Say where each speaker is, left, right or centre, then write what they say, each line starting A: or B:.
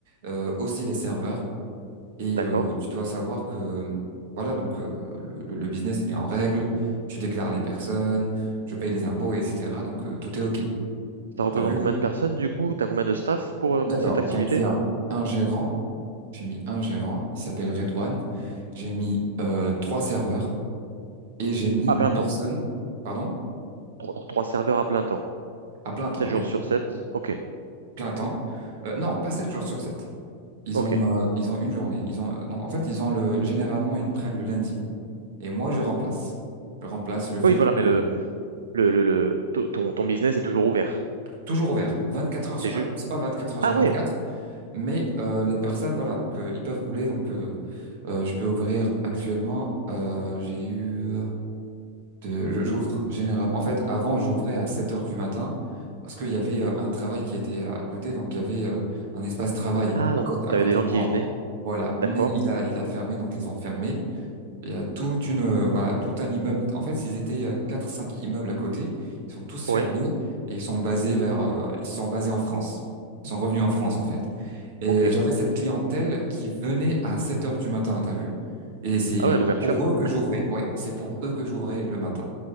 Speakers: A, on the right; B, on the right.
A: Euh, aussi les serveurs. Et
B: D'accord.
A: euh, tu dois savoir que, mmh, voilà, donc euh, le, le- le business, il est en règle, tu déclares les personnes, je paye les impôts, etc. Donc euh, tout est OK.
B: Ça représente
A: T'as vu?
B: combien de personnes du coup? T'as combien de staff pour, euh,
A: D'accord.
B: pour cette activité?
A: Donc il y a un gérant, j'ai mis un gérant, il s'appelle Redouane, j'ai mis euh, trois serveurs et j'ai mis
B: À plein
A: une personne,
B: temps.
A: pardon,
B: Trois, trois- trois serveurs à plein temps.
A: à plein temps,
B: sept jours
A: oui,
B: sur sept Ok,
A: plein temps. Euh, non, pas sept jours sur sept. Ils
B: ok.
A: ont, euh, ils ont une journée. Ils ont, non, en fait, ils ont le, généralement, ils prennent le lundi. Et moi, je remplace. Je remplace, je fais
B: Oui, voilà,
A: donc.
B: mais
A: euh,
B: le, le, le, le- to- ton, ton business est toujours ouvert.
A: Toujours ouvert, 24 heures
B: C'est
A: sur
B: juste.
A: 20, c'est pas 24 heures
B: Ah
A: sur 24,
B: ouais.
A: mais euh, les personnes, voilà, donc euh, ils peuvent rouler, donc euh, euh, je peux ouvrir actuellement, euh, j'ai eu, de, je- j'ouvre généralement, en fait avant j'ouvrais à 7 heures du matin, parce qu'il y avait euh, un travail qui était à, à côté, donc il y avait euh, un espace travail
B: Ah,
A: à
B: donc
A: côté, à
B: t'avais
A: côté
B: des gens
A: de
B: qui
A: moi,
B: y venaient,
A: voilà, mais
B: d'accord.
A: il a, il a fermé, donc ils ont fermé, il y a toute une, euh, voilà, tout un immeuble. En fait, ils étaient, il y a 4-5 immeubles à côté. Ils sont tous fermés
B: Oui,
A: et ils sont basés vers, euh, ils sont basés en France. Ils sont revenus en France, en fait. Et
B: ok.
A: euh, j'avais cette clientèle qui venait à 7 heures du matin, t'as vu? Et c'est
B: Ah ouais, l'ouverture.
A: pour eux que j'ouvrais. Ouais, c'est pour eux que j'ouvrais le matin.